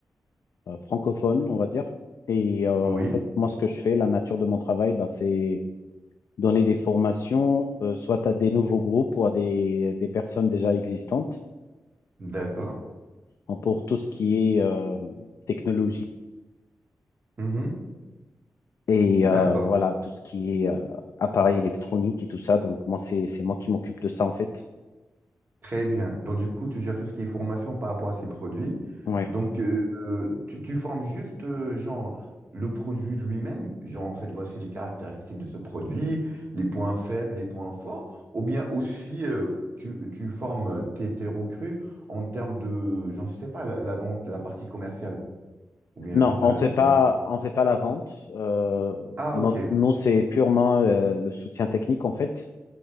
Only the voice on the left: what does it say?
euh, francophone, on va dire. Et euh, en
fait, moi, ce que je fais, la nature de mon travail, bah, c'est donner des formations, euh, soit à des nouveaux groupes ou à des, des personnes déjà existantes
hein, pour tout ce qui est euh, technologie
et
euh, voilà, tout ce qui est euh, appareil électronique et tout ça. Donc, moi, c'est, c'est moi qui m'occupe de ça, en fait.
Ouais.
Non,
on
fait
pas, on fait pas la vente. Euh,
notre-
nous, c'est purement euh, le soutien technique, en fait,